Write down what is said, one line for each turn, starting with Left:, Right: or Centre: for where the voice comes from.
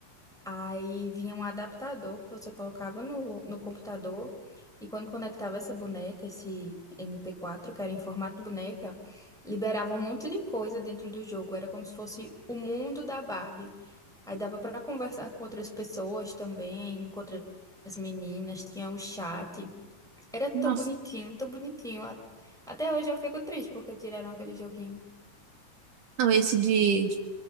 Centre: Aí vinha um adaptador que você colocava no, no computador e quando conectava essa boneca, esse MP4, que era em formato de boneca, liberava um monte de coisa dentro do jogo. Era como se fosse o mundo da Barbie. Aí dava pra conversar com outras pessoas também, com outras meninas, tinha o chat. Era tão
Right: Nossa.
Centre: bonitinho, tão bonitinho. A- Até hoje eu fico triste porque tiraram aquele joguinho.
Right: Não, esse de,